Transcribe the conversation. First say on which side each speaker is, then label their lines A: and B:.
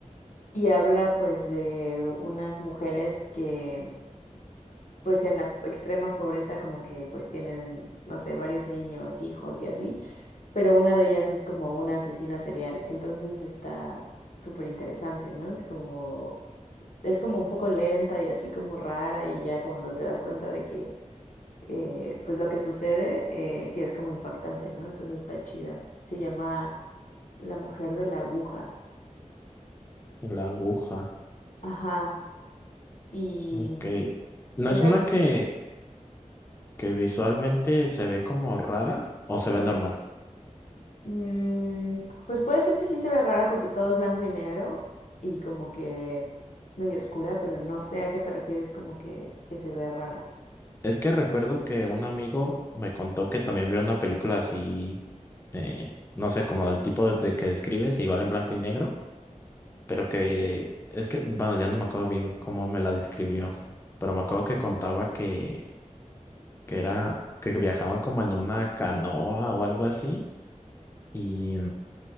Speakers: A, on the left (about 75°); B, on the left (about 20°).
A: y habla pues de unas mujeres que pues en la extrema pobreza como que pues tienen, no sé, varios niños, hijos y así, pero una de ellas es como una asesina serial. Entonces está súper interesante, ¿no? Es como, es como un poco lenta y así como rara y ya cuando te das cuenta de que eh, pues lo que sucede eh, sí es como impactante, ¿no? Entonces está chida. Se llama La Mujer de la Aguja.
B: la aguja.
A: Ajá. Y
B: Ok.
A: mm,
B: ¿No
A: esa,
B: es una que, que visualmente se ve como rara o se ve normal?
A: mm, pues puede ser que sí se ve rara porque todo es blanco y negro y como que es medio oscura, pero no sé a qué te refieres como que, que se ve rara.
B: Es que recuerdo que un amigo me contó que también vio una película así, eh, no sé, como el tipo de, de que describes, igual en blanco y negro, pero que es que, bueno, ya no me acuerdo bien cómo me la describió, pero me acuerdo que contaba que, que era, que viajaban como en una canoa o algo así. Y